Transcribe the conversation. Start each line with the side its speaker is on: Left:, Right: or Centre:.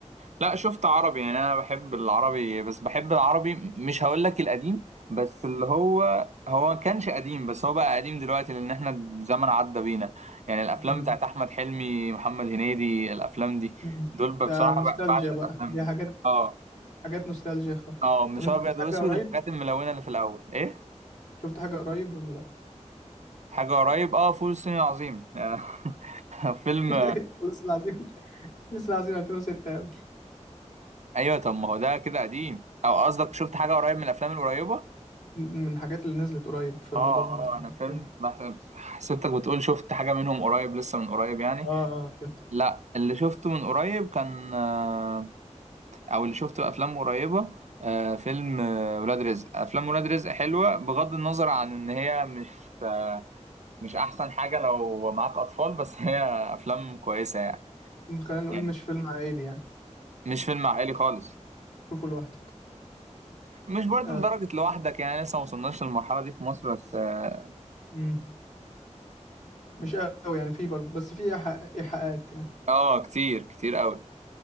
Right: لا شفت عربي يعني انا بحب العربي بس بحب العربي مش هقول لك القديم بس اللي هو هو كانش قديم بس هو بقى قديم دلوقتي لان احنا الزمن عدى بينا يعني الافلام
Left: تمام
Right: بتاعت احمد حلمي محمد هنيدي الافلام دي
Left: مم.
Right: دول بصراحة
Left: ده نوستالجيا
Right: ب- بعشق
Left: بقى
Right: الافلام
Left: دي
Right: دي
Left: حاجات
Right: اه
Left: حاجات نوستالجيا خالص
Right: اه مش
Left: طب انت
Right: ابيض
Left: شفت حاجة
Right: واسود
Left: قريب
Right: الحاجات الملونة اللي في الاول ايه
Left: شفت حاجة قريب ولا لا
Right: حاجة قريب اه فول الصين العظيم <laughs> فيلم
Left: <laughs> فلوس العظيم فلوس العظيم 2006 يا ابني
Right: ايوه طب ما هو ده كده قديم او قصدك شفت حاجة قريب من الافلام القريبة
Left: من الحاجات اللي نزلت قريب في رمضان
Right: اه
Left: مثلا
Right: اه انا فهمت
Left: كده
Right: بحسب- حسبتك بتقول شفت حاجة منهم قريب لسه من قريب يعني
Left: اه اه فهمت
Right: لا اللي شفته من قريب كان آه، او اللي شفته افلام قريبة آه، فيلم آه، ولاد رزق افلام ولاد رزق حلوة بغض النظر عن ان هي مش آه، مش احسن حاجة لو معاك اطفال بس <laughs> هي افلام كويسة يعني
Left: خلينا نقول
Right: يعني
Left: مش فيلم عائلي يعني
Right: مش فيلم عائلي خالص
Left: شوفه لوحدك
Right: مش برضه
Left: آه.
Right: لدرجة لوحدك يعني لسه ما وصلناش للمرحلة دي في مصر بس اه
Left: مم. مش قوي يعني في برضه بس في إيحاء- ايحاءات يعني
Right: آه، كتير كتير قوي